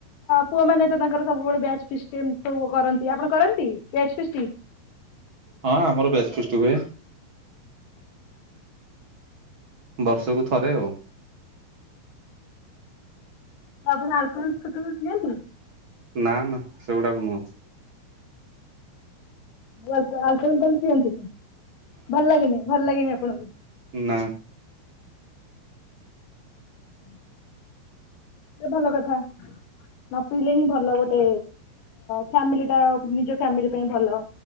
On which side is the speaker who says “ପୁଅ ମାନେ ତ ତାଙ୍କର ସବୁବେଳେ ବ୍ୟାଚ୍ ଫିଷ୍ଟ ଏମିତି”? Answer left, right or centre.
Left